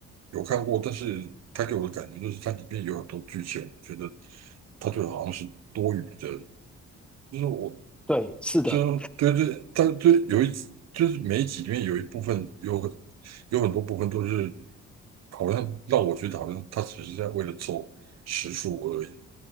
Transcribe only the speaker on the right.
有看过，但是它给我的感觉就是它里面有很多剧情，我觉得它就好像是多余的。就是我，
就是对对，它就有一，就是每一集里面有一部分有很有很多部分都是好像让我觉得好像它只是在为了凑时数而已。